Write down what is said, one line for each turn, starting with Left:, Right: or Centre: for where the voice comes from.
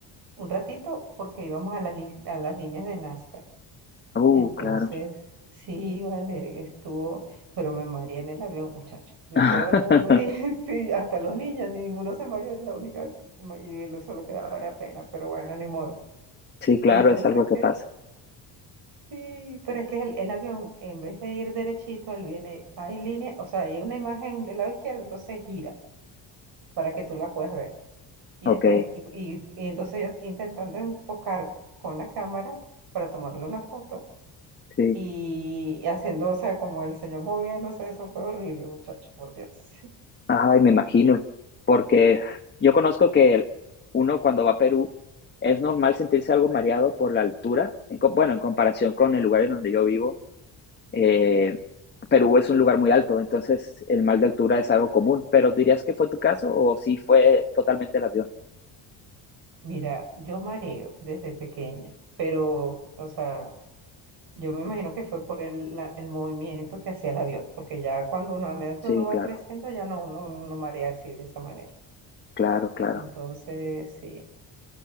Right: un ratito porque íbamos a, la li- a las líneas de Nazca.
Left: Uh,
Right: Entonces,
Left: claro.
Right: sí, vale, estuvo, pero me mareé en el avión, muchacho. De
Left: <laughs>
Right: todo el mundo ahí, <laughs> sí, hasta los niños, ninguno se mareó, la única, que- y lo solo quedaba era pena, pero bueno, ni modo.
Left: Sí, claro,
Right: Entonces,
Left: es algo que
Right: que
Left: pasa.
Right: sí, pero es que el, el avión, en vez de ir derechito, él viene, hay línea, o sea, hay una imagen del lado izquierdo, entonces gira para que tú la puedas ver. Y
Left: Ok,
Right: después, y, y- y entonces yo intentando enfocar con la cámara para tomarle una foto
Left: sí.
Right: y haciendo, o sea, como el señor moviéndose, eso fue horrible, muchacho, por Dios.
Left: Ay, me imagino. Porque yo conozco que el- uno cuando va a Perú es normal sentirse algo mareado por la altura. En co- bueno, en comparación con el lugar en donde yo vivo Eh, Perú es un lugar muy alto, entonces el mal de altura es algo común, pero ¿dirías que fue tu caso o si fue totalmente el avión?
Right: <laughs> Mira, yo mareo desde pequeña, pero, o sea, yo me imagino que fue por el, la- el movimiento que hacía el avión, porque ya cuando uno, a medida que
Left: Sí,
Right: uno va
Left: claro,
Right: creciendo, ya no, uno no marea así de esa manera.
Left: claro, claro.
Right: Entonces, sí,